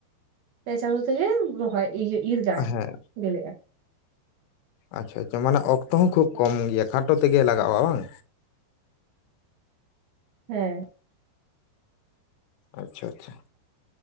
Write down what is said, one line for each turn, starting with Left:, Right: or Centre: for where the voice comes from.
Right: ᱯᱮ ᱪᱟᱸᱫᱳ ᱛᱮᱜᱮ ᱨᱚᱦᱚᱭ ᱤᱭᱟᱹ ᱤᱨ ᱜᱟᱱ
Left: ᱦᱮᱸ
Right: ᱵᱮᱞᱮᱼᱟ
Left: ᱟᱪᱪᱷᱟ ᱟᱪᱪᱷᱟ ᱢᱟᱱᱮ ᱚᱠᱛᱚ ᱦᱚᱸ ᱠᱷᱩᱵ ᱠᱚᱢ ᱜᱮᱭᱟ ᱠᱷᱟᱴᱚ ᱛᱮᱜᱮ ᱞᱟᱜᱟᱜᱼᱟ ᱵᱟᱝ
Right: ᱦᱮᱸ
Left: ᱟᱪᱪᱷᱟ ᱟᱪᱪᱷᱟ